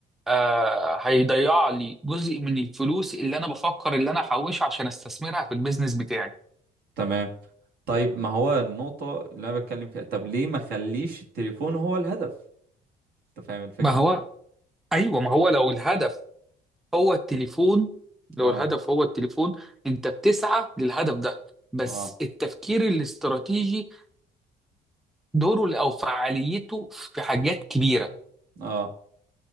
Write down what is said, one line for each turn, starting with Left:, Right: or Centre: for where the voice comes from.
Centre: آه هيضيع لي جزء من الفلوس اللي انا بفكر اللي انا احوشها عشان استثمرها في البيزنس بتاعي
Right: تمام طيب ما هو النقطة اللي انا بتكلم فيها طب ليه ما خليش التليفون هو الهدف انت فاهم الفكرة
Centre: ما هو ايوه ما هو لو الهدف هو التليفون
Right: اه
Centre: لو الهدف هو التليفون انت بتسعى للهدف ده بس
Right: اه
Centre: التفكير الاستراتيجي دوره او فعاليته في حاجات كبيره
Right: اه